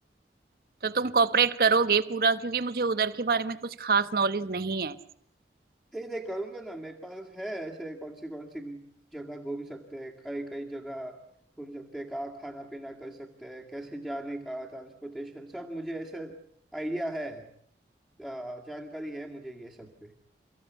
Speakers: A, on the right; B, in the centre.
A: तो तुम कॉपरेट करोगे पूरा क्योंकि मुझे उधर के बारे में कुछ खास नॉलेज नहीं है
B: नहीं नहीं करूंगा ना मेरे पास है ऐसे कौन सी कौन सी जगह घूम सकते हैं कई कई जगह घूम सकते हैं कहाँ खाना पीना कर सकते हैं कैसे जाने का ट्रांसपोर्टेशन सब मुझे ऐसा आइडिया है आ, जानकारी है मुझे ये सब पे